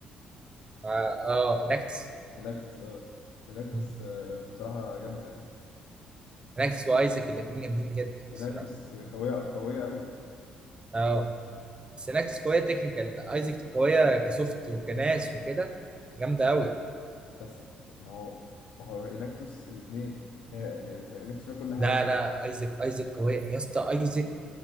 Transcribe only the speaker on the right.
اه آه، اناكتس
مم.
اناكتس وايزك الاثنين جامدين جدا
الصراحه
اه بس اناكتس قويه تكنيكال ايزك قويه كسوفت وكناس وكده جامده قوي
لا لا ايزك ايزك قويه يا اسطى ايزك